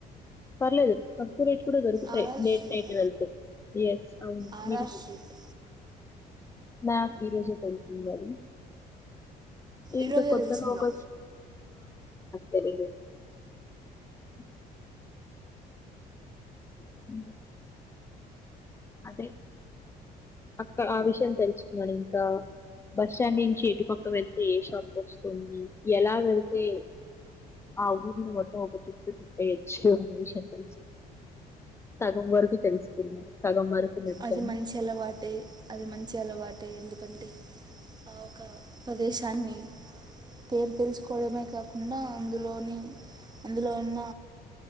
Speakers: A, on the left; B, on the right.
A: పర్లేదు తక్కువ రేట్ కూడా దరుకుది ఏ <unintelligible>
B: ఆర్ఆర్ స్ట్రీట్
A: అవును
B: ఆర్ఆర్
A: మీరు
B: స్ట్రీట్
A: నాకు ఈ రోజే తెలిసింది అది ఈక
B: ఈరోజే
A: కొత్తగా
B: తెలిసిందా
A: ఒకచుక్ సర <unintelligible> ఉ <unintelligible> అదే అక్క ఆ విషయం తెలుసుకున్నాడు ఇంకా బస్ స్టాండ్ నుంచి ఎటుపక్క వెళ్తే ఏ షాప్ వస్తుంది ఎలా వెళ్తే ఆ ఊరి ని ఒక చట్టు చుటయచ్చు అనే విషయం తెలసు సగం వరకు తెలుసుకున్నాం సగం వరకు నడిచాను
B: అది మంచి అలవాటే అది మంచి అలవాటే ఎందుకంటే ఆ ఒక ప్రదేశాన్ని పేరు తెలుసుకోవడమే కాకుండా అందులోని అందులో ఉన్న